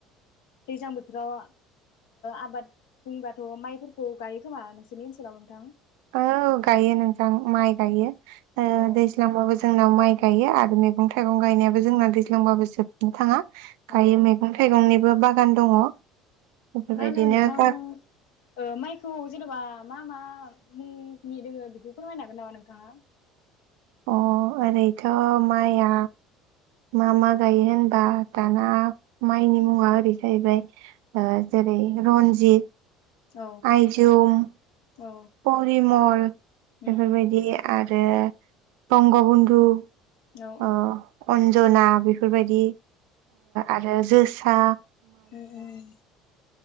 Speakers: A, on the left (about 80°); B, on the right (about 85°).
A: दैज्लां बोथोराव आबाद बुंबाथ माइफोरखौ गायो खोमा नोंसोरनि ओनसोलाव नोंथां?
B: औ गायो नोंथां माइ गायो।
A: अ
B: दैज्लांबाबो जोंना माइ गायो आरो मैगं थायगं गायनायाबो जोंना दैज्लांबाबो जोबनो थाङा।
A: अ
B: गायो मैगं थायगंनि बो बागान दङ। बेफोरबायदिनो
A: मा होनो नोंथां
B: गा
A: मायखौ जेनेबा मा मा मुंनि दोङो बेखौ फोरमायनो हागोन नामा नोंथाङा।
B: अ ओरैथ' माइआ मा मा गायो होनबा दाना माइनि मुङा ओरै जाहैबाय जेरै रनजित
A: औ
B: आइजुम
A: औ
B: परिमल
A: उम
B: बेफोरबायदि
A: उम
B: आ रो बंग' गुन्दु
A: औ
B: अ अन्जना बेफोरबायदि आरो जो सा
A: अम अम